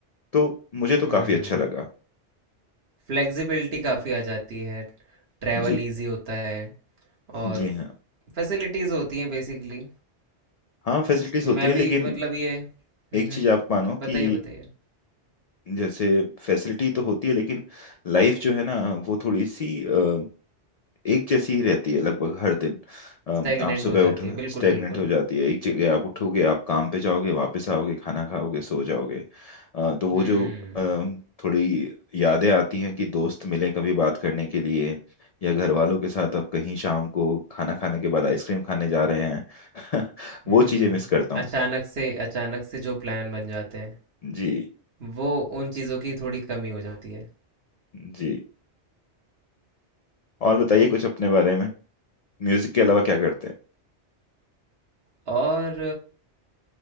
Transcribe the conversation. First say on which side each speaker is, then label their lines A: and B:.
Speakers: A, on the left (about 65°); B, on the right (about 65°).
A: तो मुझे तो
B: हम्म
A: काफी अच्छा लगा
B: फ्लेक्सिबिलिटी काफ़ी आ जाती है ट्रैवल
A: जी
B: इजी होता है और
A: जी हाँ
B: फैसिलिटीज़ होती हैं बेसिकली
A: हाँ फैसिलिटीज
B: मैं
A: होती है
B: भी
A: लेकिन
B: मतलब ये हम्म
A: एक
B: हम्म,
A: चीज आप मानो
B: बताइए
A: कि
B: बताइए
A: जैसे फैसिलिटी तो होती है लेकिन लाइफ जो है ना वो थोड़ी सी अ, एक जैसी ही रहती है लगभग हर दिन अम,
B: स्टैगनेंट
A: आप सुबह
B: हो जाती
A: उठो
B: है बिल्कुल
A: स्टेगनेंट
B: बिल्कुल
A: हो जाती है एक जगह आप उठोगे आप काम पे जाओगे वापस आओगे खाना खाओगे सो जाओगे अ, तो वो
B: हम्म
A: जो अम, थोड़ी यादें आती हैं कि दोस्त मिले कभी बात करने के लिए या घर वालों के साथ आप कहीं शाम को खाना खाने के बाद आइसक्रीम खाने जा रहे हैं <laughs>
B: हम्म
A: वो चीजें मिस करता हूँ
B: अचानक से अचानक से जो प्लान बन जाते हैं
A: जी
B: वो उन चीज़ों की थोड़ी कमी हो जाती है
A: जी और बताइए कुछ अपने बारे में म्यूजिक के अलावा क्या करते हैं
B: और